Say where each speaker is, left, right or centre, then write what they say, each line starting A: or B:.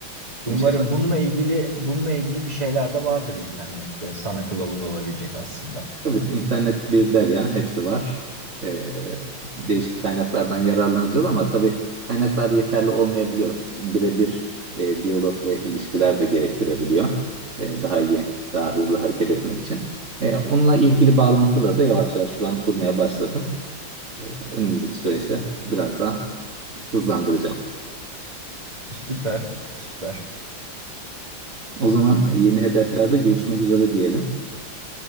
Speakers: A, on the right (about 20°); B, on the right (about 35°).
A: Umarım
B: İnşallah.
A: bununla ilgili bununla ilgili bir şeyler de vardır internette sana kılavuz olabilecek aslında.
B: Evet, internet bir derya, hepsi var. Ee, değişik kaynaklardan yararlanacağız ama tabii kaynaklar yeterli olmayabiliyor. Birebir e, diyalog ve ilişkiler de gerektirebiliyor. Ee, daha iyi, daha hızlı hareket etmek için. Ee, onunla ilgili bağlantıları da yavaş yavaş şu an kurmaya başladım. Ee, önümüzdeki süreçte biraz daha hızlandıracağım.
A: Süper, süper.
B: O zaman yeni hedeflerde görüşmek üzere diyelim.